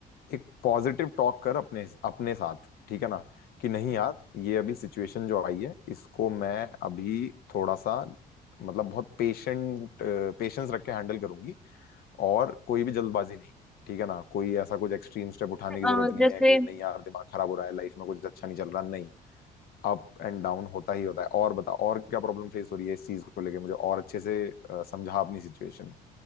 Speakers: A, on the left; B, in the centre.
A: एक पॉजिटिव टॉक कर अपने अपने साथ ठीक है ना कि नहीं यार ये अभी सिचुएशन जो आई है इसको मैं अभी थोड़ा सा मतलब बहुत पेशेंट पेशेंस रख के हैंडल करूंगी और कोई भी जल्दबाजी नहीं ठीक है ना कोई ऐसा कुछ एक्सट्रीम स्टेप उठाने
B: हाँ।
A: की जरूरत
B: अ,
A: नहीं
B: जैसे
A: है कि नहीं यार दिमाग खराब हो रहा है लाइफ में कुछ अच्छा नहीं चल रहा नहीं अप एंड डाउन होता ही होता है और बता और क्या प्रॉब्लम फेस हो रही है इस चीज को लेके मुझे और अच्छे से अ, समझा अपनी सिचुएशन